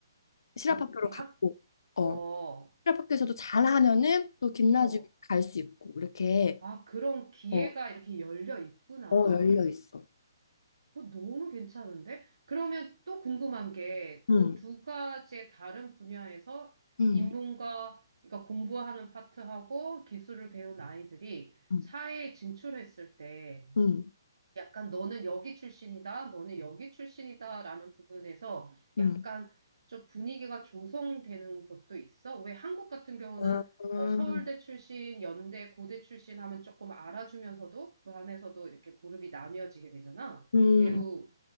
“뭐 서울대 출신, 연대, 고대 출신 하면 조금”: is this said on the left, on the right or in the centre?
Right